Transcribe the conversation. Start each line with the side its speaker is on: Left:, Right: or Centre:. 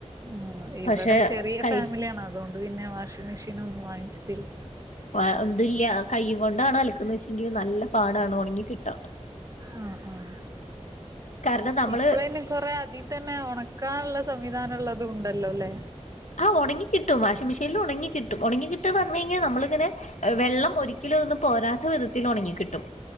Right: മ് ഇവടെ
Left: പക്ഷെ
Right: ചെര്യേരു
Left: കൈ
Right: ഫാമിലിയാണ്. അതോണ്ട് പിന്നെ വാഷിംഗ് മെഷീനൊന്നും വാങ്ങിച്ചിട്ടില്ല
Left: വാ തില്ല കൈയ്യും കൊണ്ടാണ് അലക്കുന്നെച്ചെങ്കി നല്ല പാടാണ് ഒണങ്ങി കിട്ടാൻ
Right: ആഹ് ആഹ്
Left: കാരണം നമ്മള്
Right: ഇപ്പളൈന് കൊറേ അതി തന്നെ ഒണക്കാള്ള സംവിധാനള്ളതുണ്ടല്ലോല്ലെ
Left: ആഹ് ഒണങ്ങി കിട്ടും, വാഷിങ് മെഷീൻല് ഒണങ്ങി കിട്ടും ഒണങ്ങി കിട്ടാന്ന് പർഞ് കഴിഞ്ഞാ നമ്മളിങ്ങനെ വെള്ളം ഒരിക്കലും അതീന്ന് പോരാത്ത വിധത്തിലൊണങ്ങി കിട്ടും